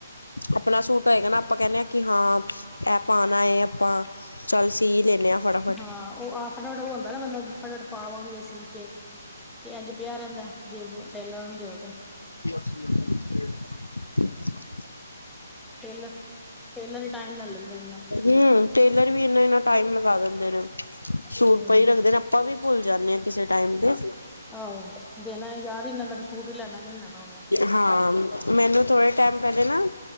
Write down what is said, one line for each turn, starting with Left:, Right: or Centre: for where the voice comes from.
Left: ਆਪਣਾ ਸੂਟ ਹੋਏਗਾ ਨਾ ਆਪਾਂ ਕਹਿੰਦੇ ਆ ਕਿ ਹਾਂ, ਏਹ ਪਾਣਾ ਏ ਆਪਾਂ ਚੱਲ ਸੀ ਲੈਣੇ ਆ। ਫਟਾਫਟ
Centre: ਹਾਂ, ਉਹ ਆਪ ਫਟਾਫਟ ਬਣਾਉਂਦਾ ਨਾ ਬੰਦਾ। ਫਟਾ ਫਟ ਪਾਵਾਂਗੇ ਸੀ ਕੇ, ਤੇ ਇੰਜ ਪਿਆ ਰਹਿੰਦਾ ਜੇ ਟੇਲਰਾਂ ਨੂੰ ਦਿਓ ਤੇ।
Left: ਹੂੰ
Centre: ਟੇਲਰ, ਟੇਲਰ ਹੀ ਟਾਈਮ ਲੈ ਲੈਂਦੇ ਇੰਨਾ।
Left: ਹੂ, ਟੇਲਰ ਵੀ ਏਨਾ ਏਨਾ ਟਾਈਮ ਲਗਾ ਦਿੰਦੇ ਨੇ, ਸੂਟ
Centre: ਹੂੰ
Left: ਪਈ ਰੱਖਦੇ ਨੇ। ਆਪਾਂ ਵੀ ਭੁੱਲ ਜਾਂਦੇ ਆ ਕਿਸੇ ਟਾਈਮ ਤੇ।
Centre: ਆਹੋ ਦੇਣਾ ਯਾਦ ਹੀ ਨੀ ਰਹਿੰਦਾ ਸੂਟ ਹੀ ਲੈਣਾ ਕਿ ਨੀ ਲੈਣਾ ਹੁਣ
Left: ਹਾਂ ਮੈਨੂੰ ਥੋੜ੍ਹੇ ਟਾਈਮ ਪਹਿਲੇ ਨਾ